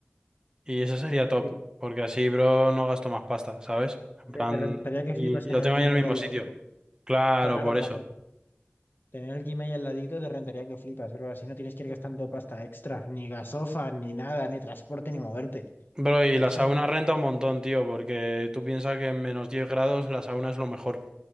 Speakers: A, on the right; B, on the left.
A: Y eso sería top,
B: sí.
A: porque así, bro, no gasto más pasta, ¿sabes?
B: Hombre,
A: En plan,
B: te rentaría que
A: y,
B: flipas en
A: y lo
B: el
A: tengo
B: Gmail
A: ahí en el mismo
B: al
A: sitio.
B: ladito.
A: Claro,
B: Claro,
A: por
B: claro.
A: eso.
B: Tener el Gmail al ladito te rentaría que flipas, pero así no tienes que ir gastando pasta extra, ni gasofa, ni nada, ni transporte, ni moverte.
A: Bro, y
B: Eso
A: la sauna
B: es-
A: renta un montón, tío, porque tú piensas que en menos 10 grados la sauna es lo mejor.